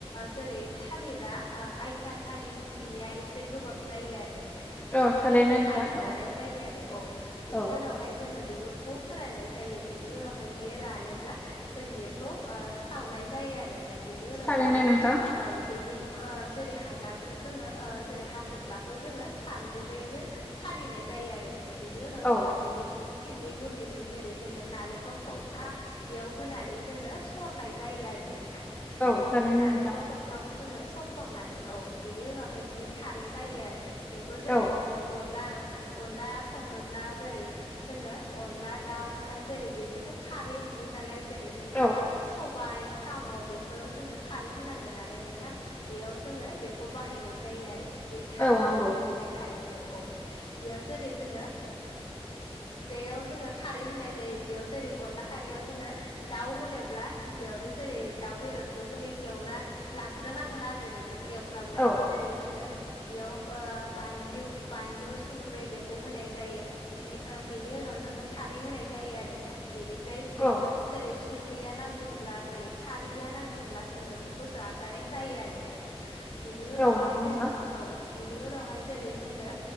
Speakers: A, on the left; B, on the left.
A: जेरै थालिरा आयथा थालिर बिनिया एसे गोबाब जायो आरो नों
B: औ
A: बेखौ
B: थारैनो
A: जोङो
B: नोंथां
A: खारै
B: औ
A: जानाय जायो आरो औ बिनि
B: औ
A: उनावहाय जोङो बे खौ फोराननाय जायो बेनि उनावहाय बियो रानोब्ला जों बेखौ सावनाय जायो आरो नोंथां बेनि उनाव
B: थारैनो
A: बिनि
B: नोंथां
A: औ। बेनि जेरै हांगारखौ जोङो जेरै हाथ'फ्लाखौ जोङो सानद्रैजों सालिनाय जायो आरो नोंथां बेनि उनाव
B: औ
A: जोङो बिनि सिंनि गुन्दैखौ जेरै जोङो नालेंखर खरखा बेयाव होनानै जोङो सरनाय जायो आरो नोंथां
B: औ
A: बिनि
B: थारैनो
A: नालेंखर
B: नोंथां
A: अखाखौ जोङो सौफ्लंनानै औ बिनि उनावहाय बियो खारै जायो आरो। बेखौ जेरै
B: औ
A: जोङो अनला अनला संनोब्ला जेरै जोङो अनला दाउ जेरै बेफोरथ' खारै ओंख्रि नालाय जेरै जोंना
B: औ
A: सबायाइ साम' बेफोराव जोंनो खारै होनांगोन नालाय नोंथां। बेयाव जोङो बेखौ बाहायनाय जायो आरो बे थालिरनिफ्राय
B: औ नंगौ
A: मोननाय खारैखौ औ बेयाव जेरै जोङो बेगयाव जोङो खारै होनाय जायो बेयाव जेरै अनला खारैयाव जोङो दाउ होनोब्ला गिबियावनो जेरै दाउ बेदरखौ जोङो एवना लाग्रोनांगोन आरो नोंथां ऐव खालामनानै
B: औ
A: जेरै जोङो बेयाव बानलु बानलु संख्रै बेखौ होनाय जायो। बे बेनि उनाव जोङो खारै होनाय जायो आरो नोंथां बेनि ओमफ्राय बेयाव
B: औ
A: जेरै संख्रिया नांदोंब्ला जेरै खारैया नांदोंब्ला जोङो बेखौसो जाजानाय जायो आरो नोंथां। बिनि उनावहाय
B: औ नंगौ नोंथां
A: जोङो औ बेनि उनावहाय जेरै जोङो